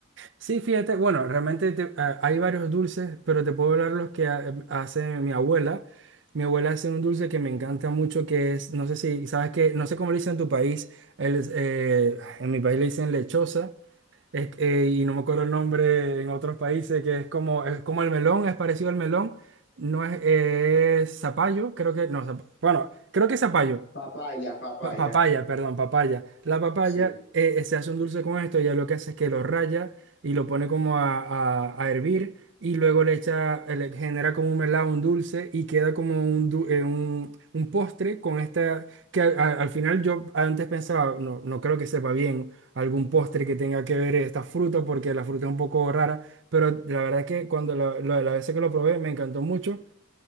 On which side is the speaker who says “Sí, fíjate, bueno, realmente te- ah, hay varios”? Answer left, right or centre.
Right